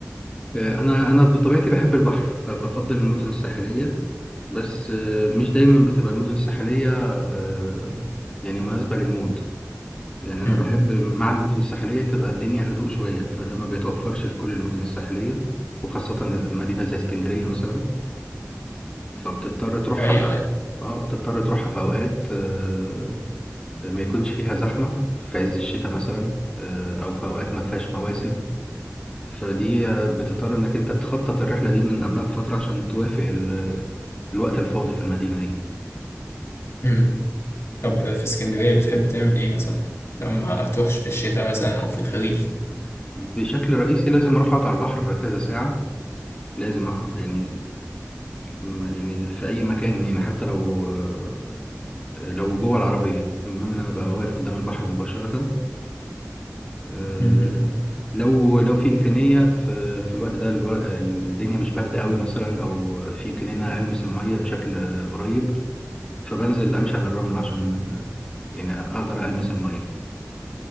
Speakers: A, on the left (about 20°); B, on the left (about 55°).
A: آه، انا انا بطبيعتي بحب البحر فبفضل المدن الساحليه بس آه، مش دايما بتبقى المدن الساحلية آه، يعني مناسبة للمود يعني أنا
B: مم. مم.
A: بحب مع المدن الساحلية تبقى الدنيا هدوء شوية فده ما بيتوفرش في كل المدن الساحلية وخاصة مدينة زي اسكندرية مثلا فبتضطر تروحها
B: دي حقيقة
A: في
B: يعني.
A: اه بتضطر تروحها في أوقات آه، ما يكونش فيها زحمة في عز الشتاء مثلا آه، أو في أوقات ما فيهاش مواسم فدي آه، بتضطر إنك أنت تخطط الرحلة دي من قبلها بفترة عشان توافق ال- الوقت الفاضي في المدينة دي
B: مم. طب في اسكندرية بتحب تعمل إيه مثلا؟ لما تروحش في الشتاء مثلا أو في الخريف؟
A: بشكل رئيسي لازم اروح اقعد على البحر كذا ساعة لازم أح- يعني م- يعني في اي مكان يعني حتى لو آه، لو جوه العربية المهم ان انا ابقى واقف قدام البحر مباشرة آه،
B: مم.
A: لو لو في امكانية في في الوقت ده الو- الدنيا مش باردة قوي مثلا او في امكانية ان انا المس المية بشكل قريب فبنزل امشي على الرمل عشان آه، يعني اقدر المس المية